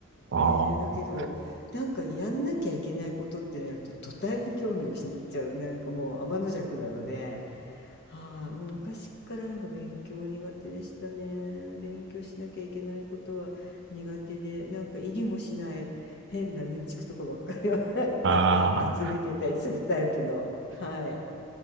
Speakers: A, on the right; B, on the left.
A: ああ。
B: ねえ、だけど、なんかやんなきゃいけないことってなると、途端に興味を失っちゃう、なんかもう天の弱なので。はい、もう昔からなんか勉強苦手でしたね。勉強しなきゃいけないことは苦手で、なんか入りもしない変なうんちくとかばっかりを <laughs> なんか集めてたりするタイプの。
A: ああ、
B: はい。